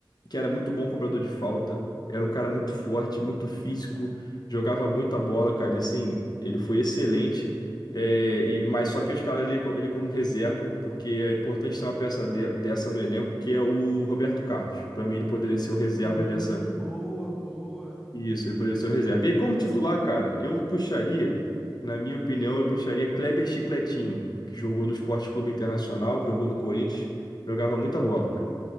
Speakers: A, on the left (about 55°); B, in the centre.
A: que era muito bom cobrador de falta. Era um cara muito forte, muito físico, jogava muita bola, cara. E assim, ele foi excelente. É, e, mas só que eu escalaria co- ele como reserva, porque é importante ter uma peça de- dessa no elenco, que é o Roberto Carlos. Para mim, ele poderia ser o reserva
B: Lim,
A: dessa
B: boa, boa.
A: Isso, ele poderia ser o reserva. E aí, como
B: Mas
A: titular,
B: se
A: cara, eu puxaria, na minha opinião, eu puxaria Kleber Chicletinho, que jogou no Sport Clube Internacional, jogou no Corinthians, jogava muita bola, cara.